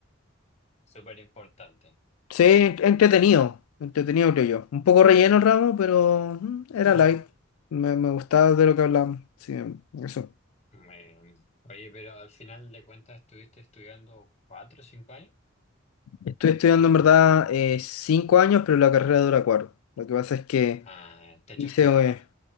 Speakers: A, on the left (about 30°); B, on the left (about 80°).
A: Súper importante.
B: sí, ent- entretenido, entretenido creo yo. Un poco relleno el ramo, pero mm, era
A: <laughs>
B: light, me, me gustaba de lo que hablábamos, sí, eso.
A: Bueno, oye, pero al final de cuentas estuviste estudiando cuatro o cinco años.
B: Estoy estudiando en verdad eh, cinco años, pero la carrera dura cuatro. Lo que pasa es que
A: Ah, te echaste
B: hice...
A: un ramo.
B: eh,